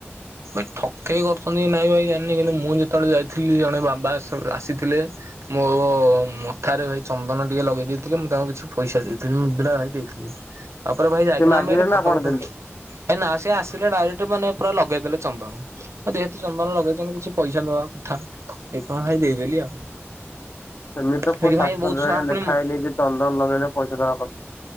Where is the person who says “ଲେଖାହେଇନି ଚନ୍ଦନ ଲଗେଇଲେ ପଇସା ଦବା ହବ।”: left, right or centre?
Left